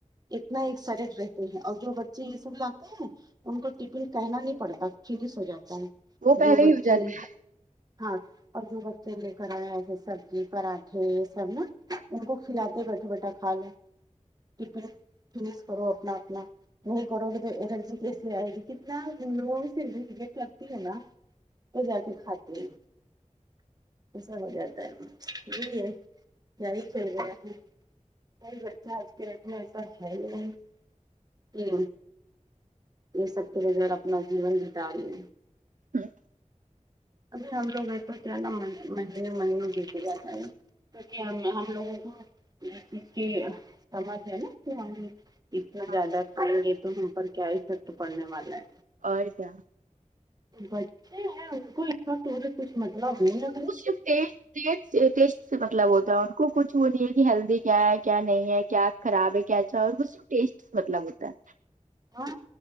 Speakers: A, on the right (about 30°); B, on the right (about 80°).
A: اتنا ایکسائڈڈ رہتے ہیں اور جو بچے یہ سب لاتے ہیں ان کو ٹفن کہنا نہیں پڑتا فینس ہو جاتا ہے
B: وہ پہلے
A: جو
B: ہی
A: بچے
B: ہو جاتا
A: ہاں اور جو بچے لے کرایا ایسے سبزی پراٹھے یہ سب نا ان کو کھلاتے بیٹھا بیٹھا کھالو ٹفن فینش کرو اپنا اپنا نہیں کرو گے تو الرجی کیسے آئے گی کتنا لوگوں سے لگتی ہے نا وہ جا کے کھاتے ہیں ایسا ہو جاتا ہے یہی ہے کیا ہی چل گیا ہے بھائی بچہ آج کے ریٹ میں ایسا ہے ہی نہیں کہ یہ سب کے بغیر اپنا جیون جتا لے
B: ہاں
A: ابھی ہم لگ م ہے نا مہی مہی بھیچے جاتا ہے <unintelligible> کیونکہ ہم ہم لوگوں کو اس چیز کی سمجھ ہے نا کہ ہم اتنا
B: ہاں
A: زیادہ کریں گے تو ہم پر کیا افیکٹ پڑنے والا ہے
B: اور کیا
A: بچے ہیں ان کو ان سے کچھ مطلب نہیں نا
B: <unintelligible> ٹیسٹ سے مطلب ہوتا ہے ان کو کچھ وہ نہیں ہے کہ ہیلدی کیا ہے کیا نہیں ہے کیا خراب ہے کیااچھا اور اس ٹیسٹ مطلب ہوتا ہے
A: ہاں